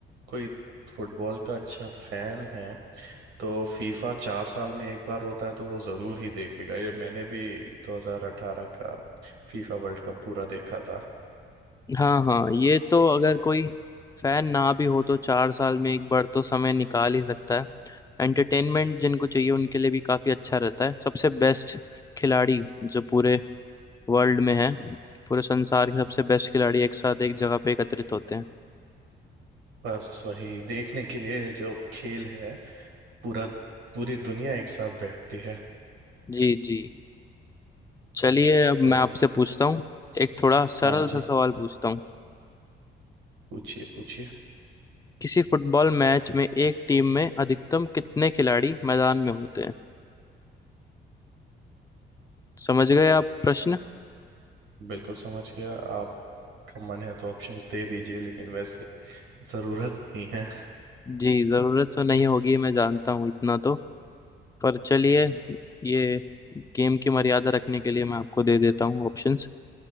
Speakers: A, on the right; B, on the left.
A: कोई फुटबॉल का अच्छा फैन है तो फीफा चार साल में एक बार होता है तो वो ज़रूर ही देखेगा ये मैंने भी 2018 का फीफा वर्ल्ड कप पूरा देखा था
B: हाँ हाँ ये तो अगर कोई फैन ना भी हो तो चार साल में एक बार तो समय निकाल ही सकता है एंटरटेनमेंट जिनको चाहिए उनके लिए भी काफी अच्छा रहता है सबसे बेस्ट खिलाड़ी जो पूरे वर्ल्ड में है पूरे संसार के सबसे बेस्ट खिलाड़ी एक साथ एक जगह पे एकत्रित होते हैं
A: बस वही देखने के लिए जो खेल है पूरा पूरी दुनिया एक साथ बैठती है
B: जी जी चलिए अब
A: तो
B: मैं आपसे पूछता हूँ एक थोड़ा सरल
A: हाँ जी
B: सा सवाल पूछता हूँ
A: पूछिए पूछिए
B: किसी फुटबॉल मैच में एक टीम में अधिकतम कितने खिलाड़ी मैदान में होते हैं समझ गए आप प्रश्न
A: बिल्कुल समझ गया आपका मन है तो ऑप्शंस दे दीजिए लेकिन वैसे ज़रूरत नहीं है
B: जी जरूरत तो नहीं होगी मैं जानता हूँ इतना तो पर चलिए ये गेम की मर्यादा रखने के लिए मैं आपको दे देता हूँ ऑप्शंस